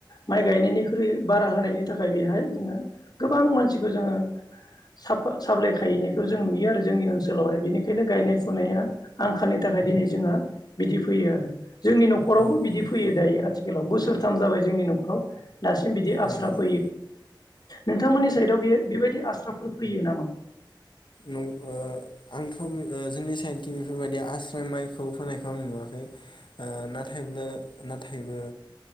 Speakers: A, on the left (about 55°); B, on the left (about 70°).
A: माइ गायनायनिख्रुइ बारा होनायनि नि थाखाय बेहाय जोङो गोबां मानसिखौ जोङो साफ साफलायखायनायखौ जों नुयो आरो जोंनि ओनसोलावहाय बेनिखायनो गायनाय फुनाया आंखालनि थाखाय दिनै जोंहा बिदि फैयो आरो जोंनि न'खरावबो
B: औ
A: बिदि
B: औ
A: फैयो
B: औ
A: दायो आथिखालाव बोसोरथाम जाबाय जोंनि न'खराव दासिम बिदि आस्राब
B: नंगौ नंगौ
A: नोंथांमोननि साइदआव बियो बेबायदि आस्राफोर फैयो नामा?
B: न ओ आंथ' ओ जोंनि साइडखि बेफोरबायदि आस्राय माइखौ फोनायखौ आं नुवाखै नाथायबो ओ नाथायबो